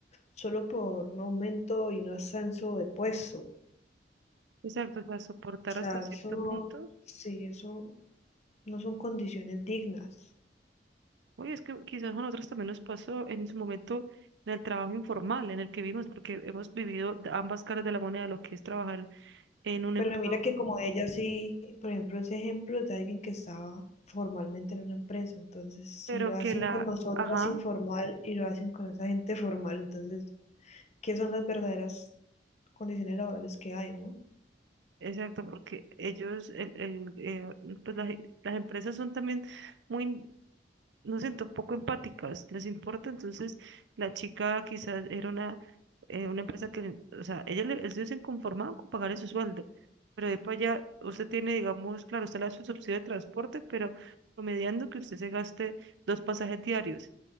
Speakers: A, on the left; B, on the right.
A: solo por un aumento y un ascenso de puesto. O
B: Exacto, o sea, soportar
A: sea,
B: hasta cierto
A: eso no,
B: punto.
A: sí, eso no son condiciones dignas.
B: Oye, es que quizás a nosotros también nos pasó en su momento en el trabajo informal en el que vimos, porque hemos vivido de ambas caras de la moneda, lo que es trabajar en un
A: Pero
B: empleo,
A: mira que como ella sí, por ejemplo, ese ejemplo es de alguien que estaba formalmente en una empresa. Entonces, si
B: pero
A: lo
B: que
A: hacen
B: la,
A: con nosotras
B: ajá,
A: informal y lo hacen con esa gente formal, entonces, ¿qué son las verdaderas condiciones laborales que hay, no?
B: exacto, porque ellos, el, el, eh, pues las, las empresas son también muy nos sentó poco empáticas, les importa, entonces la chica quizás era una, eh, una empresa que, le- o sea, ella le, ellos se conformaban con pagarle su sueldo, pero de para allá usted tiene, digamos, claro, usted le da su subsidio de transporte, pero promediando que usted se gaste dos pasajes diarios,